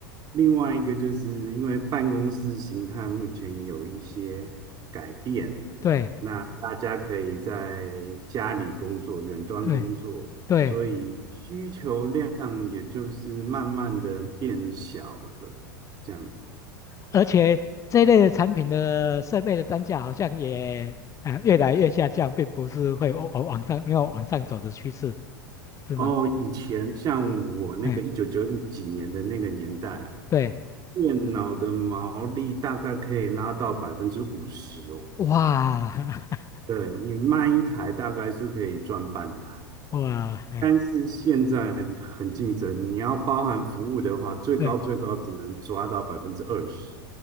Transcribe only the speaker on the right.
另外一个就是因为办公室形态目前有一些改变，
那大家可以在家里工作、远端工作，
所以需求量也就是慢慢的变小了，这样子。
哦，以前像我那个一九九几年的那个年代啊，
电脑的毛利大概可以拉到百分之五十哦。
对，你卖一台大概是可以赚半台，
但是现在很竞争，你要包含服务的话，最高最高只能抓到百分之二十。